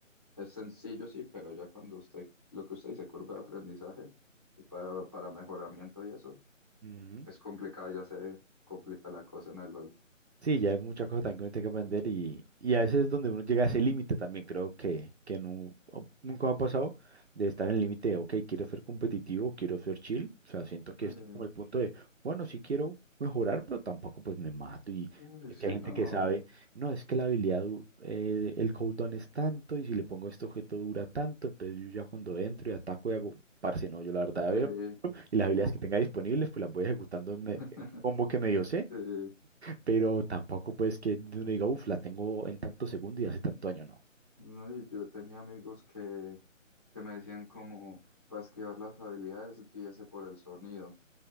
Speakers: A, on the left; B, on the right.
A: es sencillo sí, pero ya cuando usted, lo que usted dice, curva de aprendizaje y para, para mejoramiento y eso,
B: Ujú.
A: es complicado, ya se complica la cosa en el LOL.
B: Sí, ya hay muchas cosas también que uno tiene que aprender y, y a veces es donde uno llega a ese límite también, creo que, que nu- o- nunca me ha pasado de estar en el límite de, ok, quiero ser competitivo, quiero ser chill, o sea, siento que
A: Sí,
B: este es como el punto de, bueno, sí quiero mejorar, pero tampoco pues me mato y
A: sí,
B: es
A: sí,
B: que hay gente
A: no,
B: que sabe, no, es que la habilidad, du- eh, el cooldown es tanto y si le pongo este objeto dura tanto, entonces yo ya cuando entro y ataco y hago, parce, no, yo la verdad
A: sí.
B: veo y las habilidades
A: o-
B: que tenga disponibles pues las voy ejecutando en me-
A: <laughs>
B: en combo que me dio
A: Sí.
B: pero tampoco pues que uno diga, uff, la tengo en tanto segundo y hace tanto año, no.
A: No, y yo tenía amigos que, que me decían como, para esquivar las habilidades, guíese por el sonido.